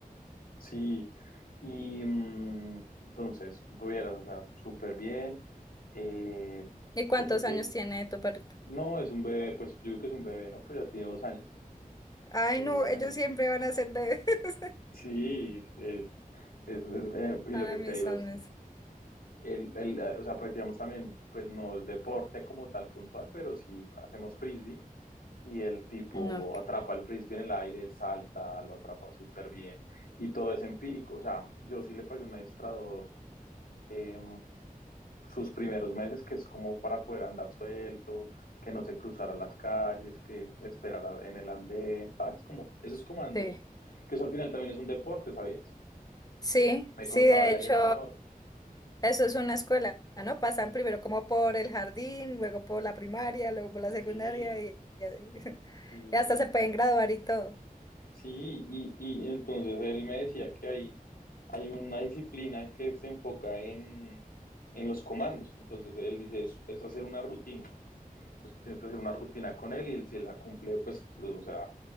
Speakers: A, on the left; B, on the left.
A: sí. Y mm, entonces, tuvieras, o sea, súper bien. Eh,
B: ¿Y cuántos
A: lo que te
B: años
A: digo,
B: tiene tu perrito?
A: no es un bebé, pues yo digo que es un bebé, ¿no? Pero ya tiene dos años.
B: Ay,
A: Eh,
B: no, ellos siempre van a ser bebés. <laughs>
A: sí, es, es, es, eh, y
B: Para
A: lo que
B: mí
A: te digo
B: son
A: es,
B: mis...
A: el, el, eh, o sea, practicamos también, pues no es deporte como tal puntual, pero sí hacemos frisbee. y el tipo
B: No, ok,
A: atrapa el frisbee en el aire, salta, lo atrapa súper bien y todo es empírico. O sea, yo sí le pagué un adiestrador eh, sus primeros meses, que es como para poder andar suelto, que no se cruzara las calles, que esperara en el andén, ¿sabes? Como esos comandos,
B: sí.
A: que eso al final también es un deporte, ¿sabías?
B: Sí,
A: Me
B: sí,
A: contaba
B: de
A: el adiestrador.
B: hecho, eso es una escuela, ¿no? Pasan primero como por el jardín, luego por la primaria, luego por la secundaria
A: Sí,
B: y, y así. <laughs>
A: sí.
B: Y hasta se pueden graduar y todo.
A: Sí, y, y entonces él me decía que hay, hay una disciplina que se enfoca en, en los comandos. Entonces él dice, es, es hacer una rutina. Entonces tienes que hacer una rutina con él y él, si él la cumple, pues, o sea,